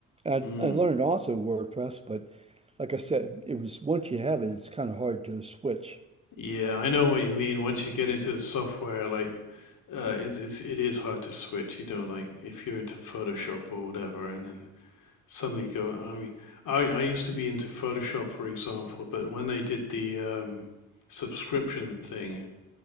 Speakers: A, on the right (about 15°); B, on the left (about 65°).
A: I
B: Mm.
A: I learned also WordPress, but like I said, it was once you have it, it's kind of hard to switch.
B: Yeah, I know what you mean. Once you get into the software, like uh, it's, it's it is hard to switch. You know, like if you're into Photoshop or whatever, and then suddenly go. I mean, I I used to be into Photoshop, for example, but when they did the um, subscription thing,